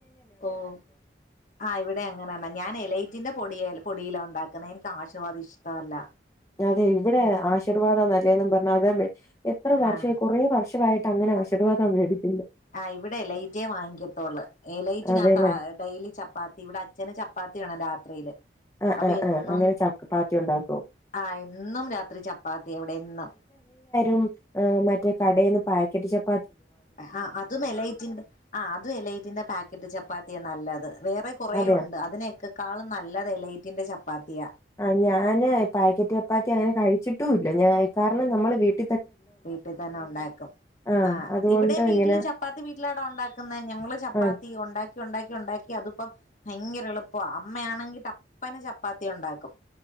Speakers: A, on the left; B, on the left.
A: ഓഹ് ആ ഇവിടെ അങ്ങനാണ്. ഞാന് എലൈറ്റിന്റെ പൊടിയാ എ പൊടിയിലാ ണ്ടാക്ണേ ൻക്ക് ആശിർവാദ് ഇഷ്ടവല്ല.
B: അതെ ഇവിടെ ആശീർവാദ നല്ലേന്നും പറഞ്ഞാതേ മേ എത്ര വർഷവായി
A: ആഹ്
B: കുറേ വർഷവായി ട്ടങ്ങനെ ആശിർവാദ മേടിക്
A: ആഹ് ഇവിടെ എലൈറ്റേ വാങ്ങിക്കത്തോള്ള്. എലൈറ്റിനാത്ത
B: അതെല്ലേ
A: ഡെയ്ലി ചപ്പാത്തി ഇവിടെ അച്ഛന് ചപ്പാ ത്തി വേണം രാത്രിയില്.
B: ആഹ്
A: അപ്പൊ
B: ആഹ്
A: എന്നും
B: ആഹ് അങ്ങനെ ചപ്പാത്തി ഉണ്ടാക്കും
A: ആ എന്നും രാത്രി ചപ്പാത്തി അവിടെ എന്നും
B: ഉം ഹ് മറ്റെ കടെന്ന് പാക്കറ്റ് ചപ്
A: ആ അതും എലൈറ്റിന്റെ ആ അതും എലൈറ്റിന്റെ പാക്കറ്റ് ചപ്പാത്തിയ നല്ലത് വേറെ കുറെ
B: അതെയോ
A: ഉണ്ട് അതിനെക്കെ ക്കാളും നല്ലത് എലൈറ്റിന്റെ ചപ്പാത്തിയ.
B: ആ ഞാന് പാക്കറ്റ് ചപ്പാത്തി അങ്ങനെ കഴിച്ചിട്ടുംല്ല. ഞ കാരണം നമ്മള് വീട്
A: വീട്ടി തന്നെ ഉണ്ടാക്കും.
B: ആഹ്
A: ആ
B: അതുകൊണ്ട്
A: ഇവിടെയും വീട്ടില്
B: ഇങ്ങനെ
A: ചപ്പാത്തി വീട്ടിലാണോ ഉണ്ടാക്കുന്നേ ഞങ്ങള് ചപ്പാത്തി
B: ആഹ്
A: ഉണ്ടാ ഉണ്ടാക്കി ഉണ്ടാക്കി അതിപ്പം ഭയങ്കര എളുപ്പാ, അമ്മയാണെങ്കി ടപ്പനേ ചപ്പാത്തി ഉണ്ടാക്കും